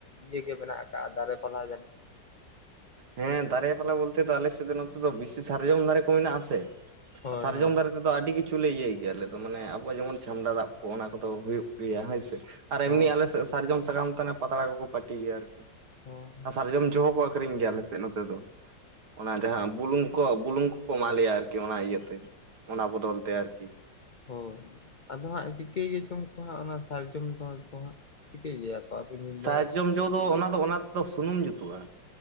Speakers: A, on the left; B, on the right.
A: ᱤᱭ ᱜᱮ ᱢᱮᱱᱟᱜ ᱟᱠᱟᱜᱼᱟ ᱫᱟᱨᱮ ᱯᱟᱞᱦᱟ ᱡᱟᱹᱱᱤᱡ
B: ᱦᱮᱸ ᱫᱟᱨᱮ ᱯᱟᱞᱦᱟ ᱵᱚᱞᱛᱮ ᱫᱚ ᱟᱞᱮ ᱥᱮᱫ ᱫᱚ ᱱᱚᱛᱮ ᱫᱚ ᱵᱮᱥᱤ ᱥᱟᱨᱡᱚᱢ ᱫᱟᱨᱮ ᱠᱚ ᱢᱮᱱᱟᱜᱼᱟ ᱥᱮ᱾
A: ᱦᱳᱭ
B: ᱥᱟᱨᱡᱚᱢ
A: ᱦᱳᱭ
B: ᱫᱟᱨᱮ ᱛᱮᱫᱚ ᱟᱹᱰᱤ ᱠᱤᱪᱷᱩᱞᱮ ᱤᱭᱟᱹᱭ ᱜᱮᱭᱟ ᱟᱞᱮ ᱫᱚ ᱢᱟᱱᱮ ᱟᱵᱚᱣᱟᱜ ᱡᱮᱢᱚᱱ ᱪᱷᱟᱢᱰᱟ ᱫᱟᱜ ᱠᱚ ᱚᱱᱟ ᱠᱚᱫᱚ ᱦᱩᱭᱩᱜ ᱜᱮᱭᱟ ᱦᱳᱭᱥᱮ ᱟᱨ
A: ᱦᱳᱭ
B: ᱮᱢᱱᱤ ᱟᱞᱮ ᱥᱟᱨᱡᱚᱢ ᱥᱟᱠᱟᱢ ᱛᱮ ᱯᱟᱛᱲᱟ ᱠᱚᱠᱚ ᱯᱟᱹᱴᱤ ᱜᱮᱭᱟ ᱟᱨᱠᱤ᱾
A: ᱦᱳᱭ
B: ᱟᱨ ᱥᱟᱨᱡᱚᱢ ᱡᱚ ᱦᱚᱸᱠᱚ ᱟᱹᱠᱷᱨᱤᱧ ᱜᱮᱭᱟ ᱟᱞᱮ ᱥᱮᱫ ᱱᱚᱛᱮ ᱫᱚ, ᱚᱱᱟ ᱡᱟᱦᱟᱸ ᱵᱩᱞᱩᱝ ᱠᱚ ᱵᱩᱞᱩᱝ ᱠᱚᱠᱚ ᱮᱢᱟᱞᱮᱭᱟ ᱟᱨᱠᱤ ᱚᱱᱟ ᱤᱭᱟᱹᱛᱮ ᱚᱱᱟ ᱵᱚᱫᱚᱞ ᱛᱮ ᱟᱨᱠᱤ᱾
A: ᱦᱳᱭ ᱟᱫᱚ ᱦᱟᱸᱜ ᱪᱤᱠᱟᱹᱭ ᱜᱮᱪᱚᱝ ᱠᱚ ᱦᱟᱸᱜ ᱚᱱᱟ ᱥᱟᱨᱡᱚᱢ ᱫᱚ ᱦᱟᱸᱜ ᱪᱤᱠᱟᱹᱭ ᱜᱮᱭᱟ᱾ ᱠᱚ ᱟᱹᱵᱤᱱ ᱵᱤᱱ
B: ᱥᱟᱨᱡᱚᱢ
A: ᱵᱟᱲᱟᱭ
B: ᱡᱚ ᱫᱚ ᱚᱱᱟ ᱫᱚ ᱚᱱᱟ ᱛᱮᱫᱚ ᱥᱩᱱᱩᱢ ᱡᱩᱛᱩᱜᱼᱟ᱾